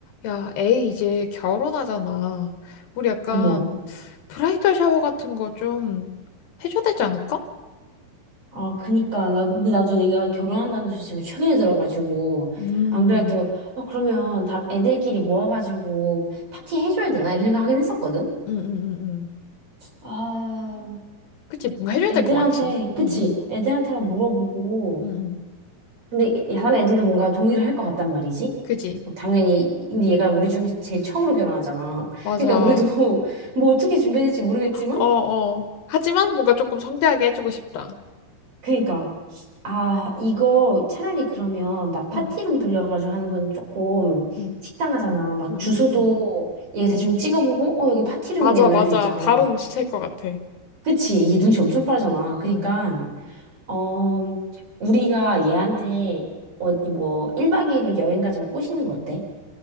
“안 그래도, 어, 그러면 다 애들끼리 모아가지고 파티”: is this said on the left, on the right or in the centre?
Right